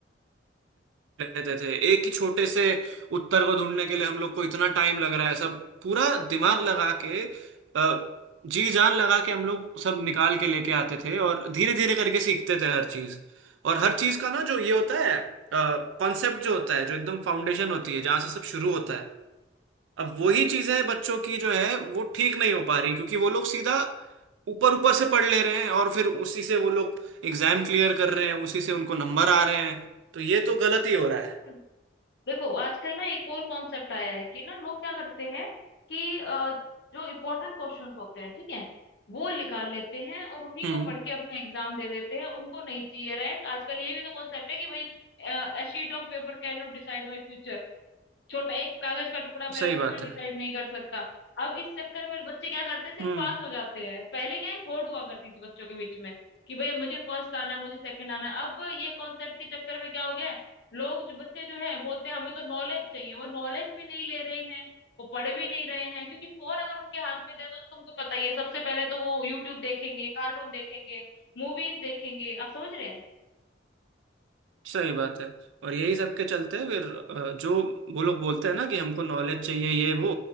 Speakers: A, on the right; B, on the left.
A: रहते थे एक ही छोटे से उत्तर को ढूंढने के लिए हम लोग को इतना टाइम लग रहा है सब पूरा दिमाग लगा के अ, जी जान लगा के हम लोग सब निकाल के लेके आते थे और धीरे धीरे करके सीखते थे हर चीज और हर चीज का ना जो ये होता है कॉन्सेप्ट जो होता है जो एकदम फाउंडेशन होती है जहाँ से सब शुरू होता है अब वही चीजें बच्चों की जो है वो ठीक नहीं हो पा रही क्योंकि वो लोग सीधा ऊपर ऊपर से पढ़ ले रहे हैं और फिर उसी से वो लोग एग्जाम क्लियर कर रहे हैं उसी से उनको नंबर आ रहे हैं तो ये तो गलत ही हो रहा है
B: तो देखो आजकल ना एक और कॉन्सेप्ट आया है कि ना लोग क्या करते हैं कि अ, जो इम्पोर्टेंट क्वेश्चंस होते हैं ठीक है वो निकाल लेते हैं और उन्हीं
A: हम्म
B: को पढ़ के अपना एग्जाम दे देते हैं उनको नहीं चाहिए रैंक आजकल ये भी तो कॉन्सेप्ट है कि भाई a sheet of paper can not decide my future छोटा एक कागज का टुकड़ा मेरा
A: सही
B: फ्यूचर
A: बात
B: डिसाइड
A: है
B: नहीं कर सकता अब इस चक्कर में बच्चे क्या करते हैं सिर्फ
A: हम्म
B: पास हो जाते हैं पहले क्या एक होड़ हुआ करती थी बच्चों के बीच में कि भैया मुझे फर्स्ट आना है मुझे सेकंड आना है अब ये कॉन्सेप्ट के चक्कर में क्या हो गया है लोग जो बच्चे जो है बोलते हैं हमें तो नॉलेज चाहिए वो नॉलेज भी नहीं ले रहे हैं वो पढ़ भी नहीं रहे हैं क्योंकि फोन अगर उनके हाथ में दे दो तो तुमको पता ही है सबसे पहले तो वो यूट्यूब देखेंगे कार्टून देखेंगे मूवीज देखेंगे आप समझ रहे हैं
A: सही बात है और यही सब के चलते फिर अ, जो वो लोग बोलते हैं ना कि हमको नॉलेज चाहिए ये वो